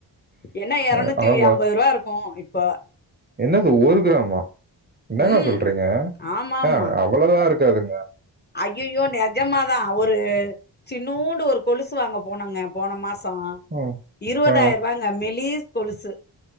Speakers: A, on the left; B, on the right.
A: என்ன எரநூத்தி
B: ஆ, ஆமா
A: அம்பதுருபா இருக் க்கு இப்ப
B: என்னது ஒரு கிராமா என்னங்க
A: ம்
B: சொல்றீங்க
A: ஆமாமா
B: ஆ, அவ்வளவுதான் இருக்காதுங்க
A: ஐய்யயோ நெஜமாதா ஒரு சின்னூண்டு ஒரு கொலுசு வாங்க போனொங்க போன மாச சொ
B: ம்.
A: இருவதாயிருவாங்க
B: ஆ,
A: மெலீஸ் கொலுசு